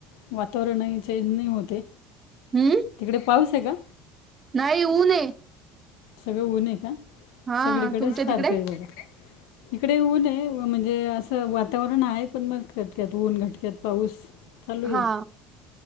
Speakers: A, on the left (about 80°); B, on the right (about 30°).
A: वातावरणही चेंज नाही होते.
B: हम्म.
A: तिकडे पाऊस हे का.
B: नाही ऊन.
A: सगळं ऊन आहे का
B: हा
A: सगळीकडे
B: तुमच्या
A: सारखं
B: तिकडे
A: आहे बघा. इकडे ऊन आहे म्हणजे असं वातावरण आहे पण मग खटक्यात ऊन घटक्यात पाऊस. चालू आहे
B: हा